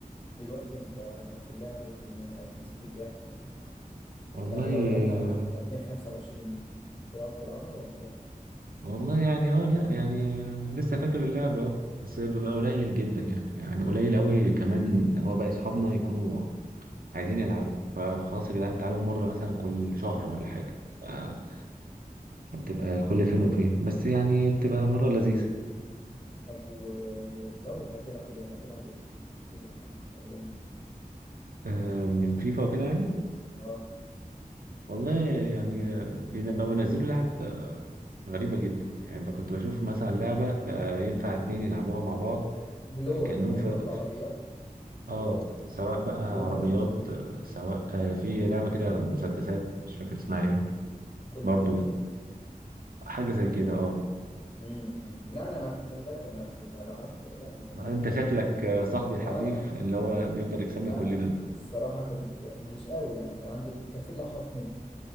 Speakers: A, on the left (about 35°); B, on the right (about 75°).
A: دلوقتي انت في اللعب ايه الدنيا معاك نسيت اللعب ولا
B: والله
A: يعني لو لعبنا
B: آه،
A: 2025 تعرف تلعبها ولا لا
B: والله يعني اه لا يعني آه، لسه فاكر اللعبة اه بس بيبقى قليل جدا يعني يعني قليل قوي كمان هو بقى اصحابنا يكونوا عايزين يلعبوا فخلاص يا جدعان تعالوا مرة مثلا كل شهر ولا حاجة آه، بتبقى كل فين وفين بس يعني بتبقى مرة لذيذة
A: طب ولو هتلعب يعني هتلعب ايه دلوقتي في الايام دي
B: آه، من فيفا وكده يعني
A: اه
B: والله يعني آه، بين- بقوا ينزلوا لعب آه، غريبة جدا يعني بقى كنت بشوف مثلا لعبة بقى ينفع اتنين يلعبوها مع بعض
A: بلور
B: آه، كأنهم
A: اللي
B: في
A: هي بتاعت العربيات
B: في- اه سواء بقى عربيات
A: بلور دي
B: آه، سواء
A: اه
B: آه، في لعبة كده مسدسات مش فاكر اسمها ايه
A: كول
B: برضو
A: اوف ديوتي
B: حاجة زي كده اه
A: امم أمم. لا انا في- خلي بالك انا في الالعاب لا انا كنت
B: انت
A: كنت
B: شكلك
A: اه
B: آه، صاحبي الحريف
A: اه
B: اللي هو بيفضل يكسبنا
A: آه،
B: كلنا
A: آه، الصراحه كنت يعني مش قوي يعني كان عندي ال- كان في اللي احرف مني